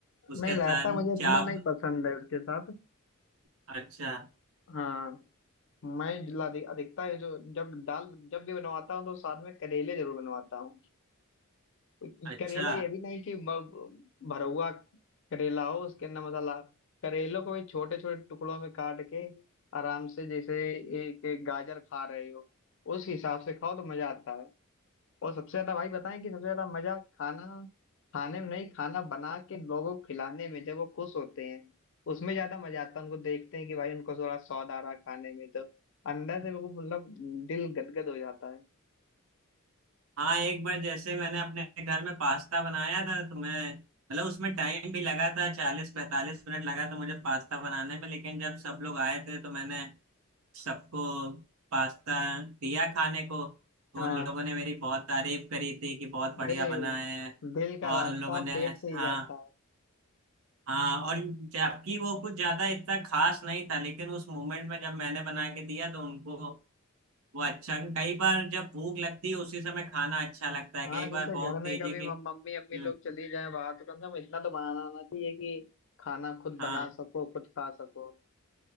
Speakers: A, on the right; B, on the left.
A: उसके
B: नहीं रायता
A: साथ
B: मुझे इतना
A: चाव
B: नहीं पसंद है उसके साथ
A: अच्छा
B: हाँ मैं जिला अधि- अधिकता है जो जब दाल जब भी बनवाता हूँ तो साथ में करेले जरूर बनवाता हूँ क्योंकि
A: अच्छा
B: करेला ये भी नहीं कि ब- भरवा करेला हो उसके अंदर मसाला करेलों को भी छोटे छोटे टुकड़ों में काट के आराम से जैसे एक एक गाजर खा रहे हो उस हिसाब से खाओ तो मजा आता है और सबसे ज्यादा भाई बताएं कि सबसे ज्यादा मजा खाना खाने में नहीं खाना बना के लोगों को खिलाने में जब वो खुश होते हैं उसमें ज्यादा मजा आता है उनको देखते हैं कि भाई उनको थोड़ा स्वाद आ रहा है खाने में तो अंदर से बिल्कुल मतलब दिल गदगद हो जाता है
A: हाँ एक बार जैसे मैंने अपने घर में पास्ता बनाया था तो मैं मतलब उसमें टाइम भी लगा था चालीस पैंतालीस मिनट लगा था मुझे पास्ता बनाने में लेकिन जब सब लोग आए थे तो मैंने सबको पास्ता दिया खाने को तो
B: हाँ
A: उन लोगों ने मेरी बहुत तारीफ करी थी कि बहुत बढ़िया
B: अरे
A: बना है
B: दिल
A: और
B: का रास्ता
A: उन लोगों ने
B: पेट से ही
A: हाँ
B: जाता है
A: हाँ और जबकि वो कुछ ज्यादा इतना खास नहीं था लेकिन उस मोमेंट में जब मैंने बना के दिया तो उनको वो अच्छा कई बार जब भूख लगती है उसी समय खाना अच्छा लगता है
B: हाँ
A: कई
B: जैसे
A: बार बहुत
B: घर में
A: तेजी
B: कभी
A: की
B: मम- मम्मी अम्मी
A: हम्म,
B: लोग चली जाए बाहर तो कम से कम इतना तो बनाना आना चाहिए कि खाना खुद
A: हाँ
B: बना सको खुद खा सको